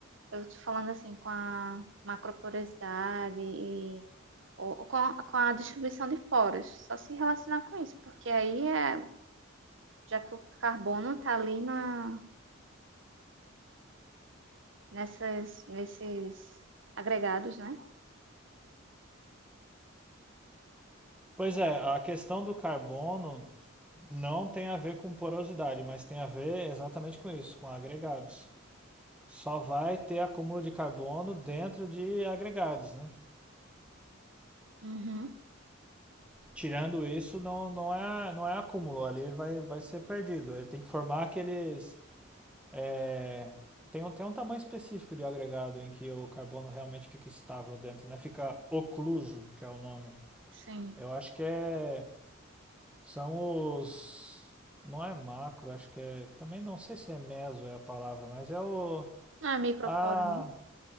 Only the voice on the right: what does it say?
eu te falando assim com a macroporosidade e ou, ou com, a, com a distribuição de poros, só se relacionar com isso, porque aí é, já que o carbono está ali na, nessas, nesses agregados, né?
Uhum,
sim.
Não é microporo,
não?